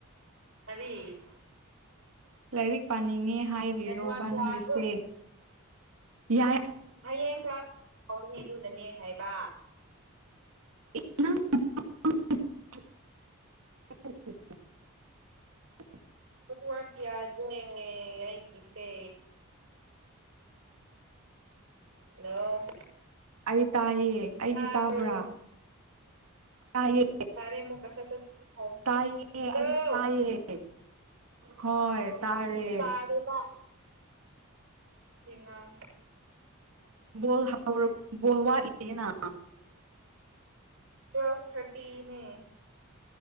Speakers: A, on the right; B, on the right.
A: ꯀꯔꯤ
B: ꯂꯥꯏꯔꯤꯛ ꯄꯥꯅꯤꯡꯉꯦ ꯍꯥꯏꯔꯤꯔꯣꯕꯥ
A: ꯅꯦꯠꯋꯥꯛ
B: ꯅꯪꯒꯤꯁꯦ
A: ꯌꯥꯗꯦ
B: ꯌꯥꯏ
A: ꯍꯥꯌꯦꯡ ꯀ꯭ꯂꯥꯁ ꯍꯧꯒꯅꯤ ꯑꯗꯨꯅꯅꯦ ꯍꯥꯏꯕ
B: <unintelligible> <unintelligible>
A: ꯅꯦꯠꯋꯥꯛ ꯌꯥꯗꯦꯅꯦ ꯑꯩꯒꯤꯁꯦ ꯍꯜꯂꯣ
B: ꯑꯩ ꯇꯥꯏꯌꯦ ꯑꯩꯗꯤ
A: ꯇꯥꯕ꯭ꯔꯣ
B: ꯇꯥꯕ꯭ꯔꯥ ꯇꯥꯏꯌꯦ
A: ꯇꯥꯔꯦ ꯑꯃꯨꯛꯀ ꯁꯠ ꯁꯠ ꯁꯠ
B: ꯇꯥꯏꯌꯦ
A: ꯍꯥꯏꯕ꯭ꯔꯣ
B: ꯑꯩꯗꯤ ꯇꯥꯏꯌꯦ ꯍꯣꯏ ꯇꯥꯔꯦ
A: ꯇꯥꯗ꯭ꯔꯤꯐꯥꯎ ꯁꯤ ꯉꯥꯡꯁꯦ
B: ꯕꯣꯜ ꯍꯧꯔ ꯕꯣꯜ ꯋꯥꯠꯂꯤꯌꯦꯅ
A: ꯇꯨꯋꯦꯜꯞ ꯊꯥꯔꯇꯤꯅꯦ